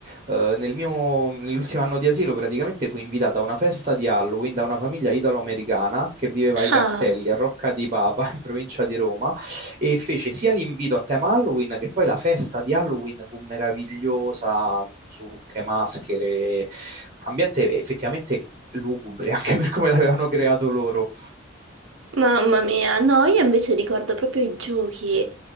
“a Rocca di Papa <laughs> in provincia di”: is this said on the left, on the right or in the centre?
Right